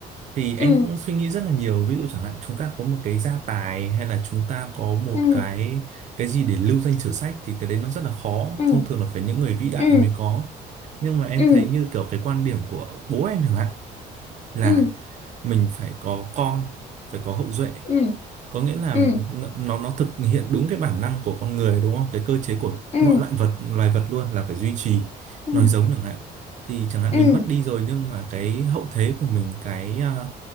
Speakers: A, on the right; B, on the left.
A: thì em
B: ừ
A: cũng suy nghĩ rất là nhiều ví dụ chẳng hạn chúng ta có một cái gia tài hay là chúng ta có một
B: ừ
A: cái cái gì để lưu danh sử sách thì cái đấy nó rất là khó
B: ừ
A: thông thường là phải những người vĩ đại
B: ừ
A: mới có nhưng mà em
B: ừ
A: thấy như kiểu cái quan điểm của bố em chẳng hạn là
B: ừ
A: mình phải có con phải có hậu duệ
B: ừ
A: có nghĩa là
B: ừ
A: n- nó nó thực hiện đúng cái bản năng của con người đúng không cái cơ chế của
B: ừ
A: mọi loại vật loài vật luôn là phải duy trì
B: ừ
A: nói giống chẳng hạn thì chẳng hạn
B: ừ
A: mình mất đi rồi nhưng mà cái hậu thế của mình cái à,